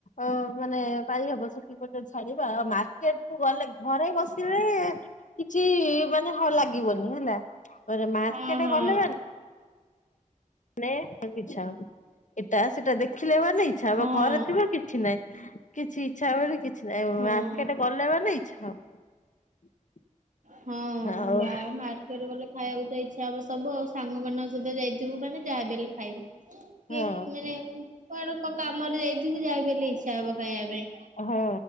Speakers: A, on the left; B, on the right.
A: ଅ ମାନେ ପାଇହବ ସେତିପତି। ଛାଡିବା ଆଉ ମାର୍କେଟକୁ ଗଲେ ଘରେ ବସିଲେ କିଛି ମାନେ ହଁ ଲାଗିବନି ହେଲା ପରେ ମାର୍କେଟ
B: ହଁ ହଁ
A: ଗଲେ ମାନେ <unintelligible> ଇଚ୍ଛା ହବ ଏଟା ସେଟା ଦେଖ ଦେଖିଲେମାନେ ଇଚ୍ଛା ହବ
B: ହଁ
A: ଘରେ ଥିବ କିଛି ନାଇଁ। କିଛି ଇଚ୍ଛା ବେଳେ କି <unintelligible>
B: ହଁ।
A: ମାର୍କେଟ ଗଲେ ମାନେ ଇଚ୍ଛା ହବ।
B: ହଁ
A: ଆଉ
B: ବା ମାର୍କେଟ ଗଲେ ଖାଇବାକୁ ତ ଇଚ୍ଛା ଅବସ୍ ସବୁ ଆଉ ସାଙ୍ଗମାନଙ୍କସହିତ ଯାଇଥିବୁ ମାନେ ଯାହା ବି ହେଲେ ଖାଇବୁ।
A: ହଁ
B: କେକ୍ ମନେଂ କୁଆଡେ କ କାମରେ ଯାଇଥିବୁ ଯାହାବି ହେଲେ ଇଚ୍ଛା ହବ ଖାଇଆ ପାଇଁ।
A: ହଁ।